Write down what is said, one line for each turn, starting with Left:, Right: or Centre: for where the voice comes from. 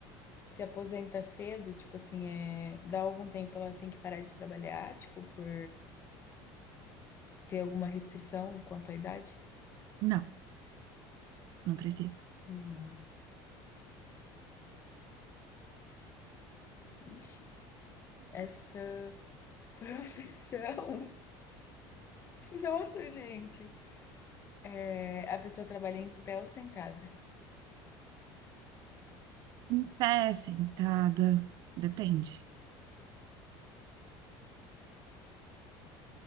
Left: se aposenta cedo, tipo assim, é, dá algum tempo ela tem que parar de trabalhar, tipo, por ter alguma restrição quanto à idade?
Right: Não, não precisa.
Left: Não. Ixi, essa <laughs> profissão. <laughs> Nossa, gente. É, a pessoa trabalha em pé ou sentada?
Right: Em pé, sentada, depende.